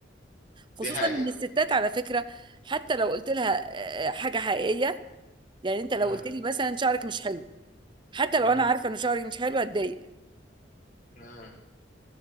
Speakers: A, on the right; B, on the left.
A: خصوصا
B: دي حقيقة
A: ان الستات على فكره حتى لو قلت لها آه، حاجه حقيقيه يعني انت لو
B: مم.
A: قلت لي مثلا شعرك مش حلو حتى
B: مم.
A: لو انا عارفه ان شعري مش حلو هتضايق
B: مم.